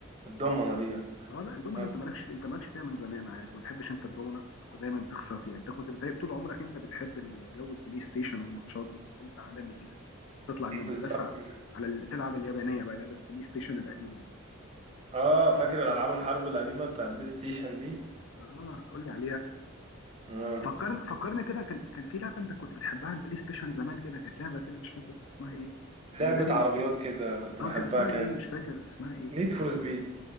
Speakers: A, on the right; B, on the left.
A: الضمنة دي
B: اه لا الدومنه
A: انا
B: انت
A: كنت
B: مالكش في... انت مالكش فيها من زمان عارف ما بتحبش انت الدومنه كنت دايما بتخسر فيها انت كنت بتضايق طول عمرك انت بتحب الجو البلاي ستيشن والماتشات دي كنت انت عالمي فيها تطلع من
A: بالظبط
B: المدرسه
A: كده.
B: على ال... تلعب اليابانيه بقى لعبه البلاي ستيشن القديمه دي
A: اه فاكر الالعاب الحرب القديمة بتاع البلاي ستيشن دي
B: اه تقول لي عليها
A: اه
B: فكرني فكرني كده كان كان في لعبه انت كنت بتحبها على البلاي ستيشن زمان كده كانت لعبه كده مش فاكر اسمها ايه كنا
A: لعبة
B: دايما
A: عربيات كده كنت
B: اه
A: بحبها
B: كان اسمها
A: كانت
B: ايه مش فاكر اسمها ايه كده
A: نيد فور سبيد